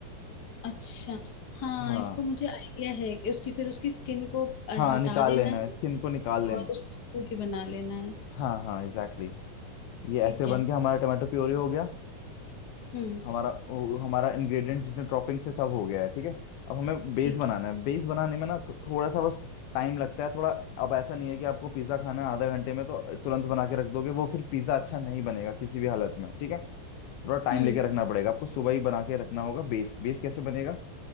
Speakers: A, on the left; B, on the left.
A: अच्छा हाँ
B: हाँ
A: इसको मुझे आइडिया है कि उसकी फिर उसकी स्किन को अ,
B: हाँ
A: हटा
B: निकाल
A: देना
B: लेना है स्किन
A: है
B: को निकाल लेना
A: और
B: है
A: उसका प्यूरी बना लेना है
B: हाँ हाँ एग्जैक्टली exactly. ये
A: ठीक
B: ऐसे बन
A: है
B: के हमारा टमाटो प्योरी हो गया
A: हम्म
B: हमारा वो- हमारा इंग्रेडिएंट जितने टॉपिंग से सब हो गया है ठीक है अब हमें बेस
A: ठीक
B: बनाना
A: है
B: है बेस बनाने में ना थो- थोड़ा सा बस टाइम लगता है थोड़ा अब ऐसा नहीं है कि आपको पिज्जा खाना है आधा घंटे में तो तुरंत बना के रख दोगे वो फिर पिज्जा अच्छा नहीं बनेगा किसी भी हालत में ठीक है थोड़ा टाइम
A: हम्म
B: लेके रखना पड़ेगा आपको सुबह ही बना के रखना होगा बेस बेस कैसे बनेगा